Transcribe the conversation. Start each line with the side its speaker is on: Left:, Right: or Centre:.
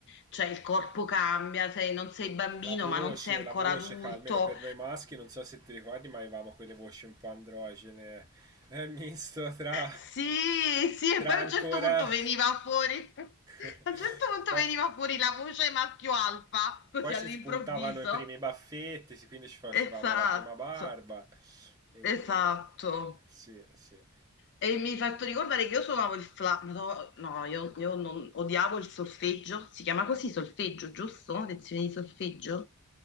Left: cioè il corpo cambia, sei- non sei bambino
Right: La voce,
Left: ma non sei ancora
Right: la voce,
Left: adulto,
Right: ca- almeno per noi maschi, non so se ti ricordi, ma avevamo quelle voci un po' androgene, eh, misto tra,
Left: Sì, sì, e
Right: tra
Left: poi a
Right: ancora...
Left: un certo punto veniva fuori, a
Right: <laughs>
Left: un certo punto
Right: Poi,
Left: veniva fuori la voce maschio alfa, così
Right: poi
Left: all'improvviso.
Right: ci spuntavano i primi baffetti, sì, quindi ci facevamo
Left: Esatto,
Right: la prima barba. E...
Left: esatto.
Right: Sì, sì.
Left: E mi hai fatto ricordare che io suonavo il flauto, no, no, io, io non, odiavo il solfeggio, si chiama così solfeggio, giusto? Lezione di solfeggio?